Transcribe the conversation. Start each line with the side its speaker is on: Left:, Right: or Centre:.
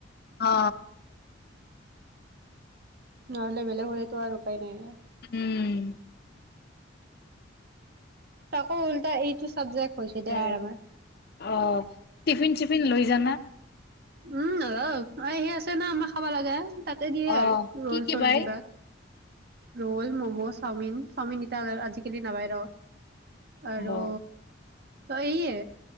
Left: অ।
Right: নহ'লে বেলেগ হ'লেতো আৰু উপায় নাই।
Left: উম।
Right: তাকো উল্টা এইটো চাবজেক্ট। হৈছে
Left: <unintelligible>
Right: দে আৰু আমাৰ
Left: আহ। টফিন চিফিন লৈ। জানা।
Right: উম হ অ সি আছে ন আমাৰ খাব লাগে, তাক তাতে দিয়ে
Left: অ
Right: আৰু ৰল
Left: কি কি
Right: চল
Left: বাই
Right: কিবা। ৰল মগ চাওমিন চাওমিন এতি আজি খেলি নাপাই ৰ আৰু
Left: অ
Right: অ ইয়ে